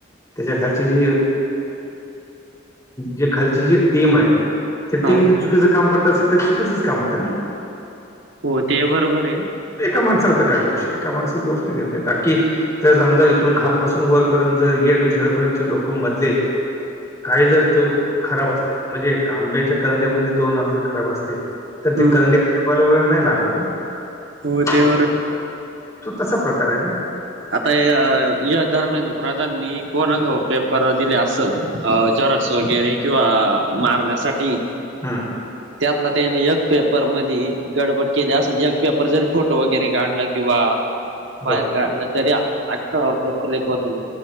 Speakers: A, on the left; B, on the right.
A: त्याच्या खालीच जे खालची जी टीम आहे ते
B: हा
A: टीम चुकीच काम करत असेल तर चुकीचंच काम होतं ना.
B: हो ते बरोबर आहे.
A: एका माणसाला काय दोष आहे एका माणसाला दोष नाही देेत ताकी जर समजा इथून खालपासून वरपर्यंत जर ये टू झेड पर्यंतचे लोक मधले आहेत काही जर ते खराब असतील म्हणजे आंब्याच्या करंडीमध्ये दोन आंबे खराब असतील तर ते
B: हम्म
A: करंडी खराब व्हायला वेळ नाही लागणार ना
B: हो तेवर
A: मग तो तसा प्रकार आहे ना.
B: आता या धर्मेंद्र प्रधान नी कोणाजवळ पेपर दिले असल. अ झेरॉक्स वगैरे किंवा मारण्यासाठी
A: हम्म.
B: त्यातला त्याने एक पेपर मध्ये त्यांनी गडबड केली असेल एक पेपर जरी फोटो वगैरे काढला किंवा बाहेर
A: बरोबर
B: काढल तरी अख्खा पेपर लीक होत ना